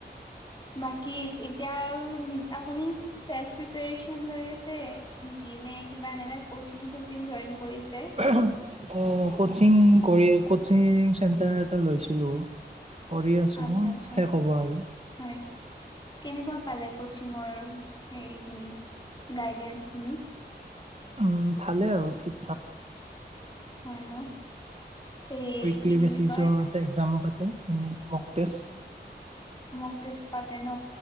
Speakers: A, on the left; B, on the right.
A: বাকী এতিয়া আৰু নিজ আপুনি চেল্ফ প্ৰিপেয়েচন লৈ আছে, নিকি নে কিবা এনেকা কচিং চচিং জইন কৰিছে?
B: <unintelligible> অ' কচিং কৰি কচিং চেণ্টাৰ এটা লৈছিলো। কৰি আছো
A: আচ্ছা আচ্ছা
B: শেষ হ'ব আৰু।
A: হয়'। কেনেকুৱা পালে কচিঙৰ হেৰিখিনি, গাইডেন্ঞ্চ খিনি?
B: উম' ভালে আৰু ঠিক থাক।
A: হয় ন। এই
B: কুইক্লী
A: কি বুলি
B: বেছিছত
A: কয়
B: একজাম পাতে, মক তেষ্ট।
A: মক টেষ্ট পাতে ন।